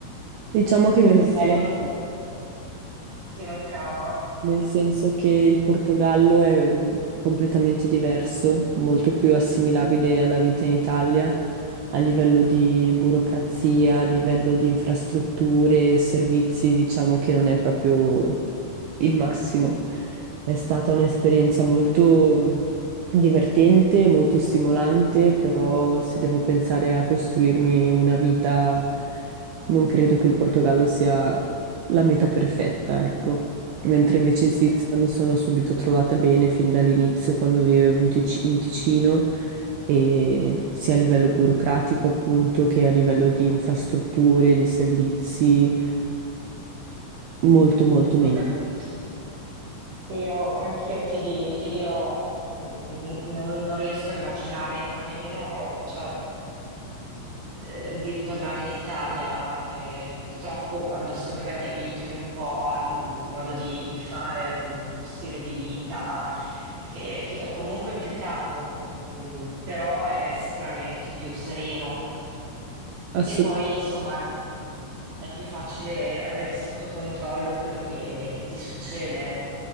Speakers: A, on the right (about 80°); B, on the right (about 45°).
A: Diciamo che mi
B: Poi ti
A: mancava.
B: spiego,
A: un po'.
B: ti mancava.
A: nel senso che il Portogallo è mm, completamente diverso, molto più assimilabile alla vita in Italia, a livello di burocrazia, a livello di infrastrutture, e servizi, diciamo che non è proprio il massimo. È stata un'esperienza molto mm, divertente, molto stimolante, però se devo pensare a costruirmi una vita, non credo che il Portogallo sia la meta perfetta, ecco mentre invece in Svizzera
B: Ecco,
A: mi sono subito trovata bene fin dall'inizio quando vivevo in Tic- in Ticino, e sia a livello burocratico appunto che a livello di infrastrutture, di servizi, molto molto meglio.
B: ho capito. Io, anch'io ti, di- ti dirò, mm, non, non riesco a immaginare, ma nemmeno cioè, eh, di tornare in Italia e purtroppo quando secondo me ti abitui un po' al m- modo di, di fare, al m- stile di vita, che, che è comunque più calmo, mm, però è sicuramente più sereno.
A: Assu-
B: E poi, insomma, è più facile avere sotto controllo quello che, che ti succede,